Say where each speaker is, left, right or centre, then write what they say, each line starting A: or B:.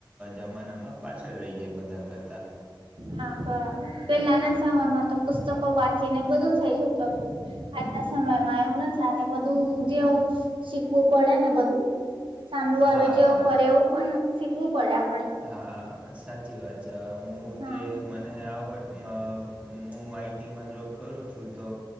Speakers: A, on the right; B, on the right.
A: જમાનામાં પાછળ રહી જાય બધા કરતા.
B: હા બરાબર પેલાના સમયમાં તો પુસ્તકો વાંચીને બધું થઇ જતું હતું. આજના સમયમાં એવું ના ચલે બધું જેવું શીખવું પડે ને બધું. સામે વાલો
A: હા
B: જેવો કરે એવું પણ શીખવું પડે આપડે.
A: હા સાચી વાત છે હું
B: હા
A: જે મને આવડ હું આઈટીમાં જોબ કરું છું તો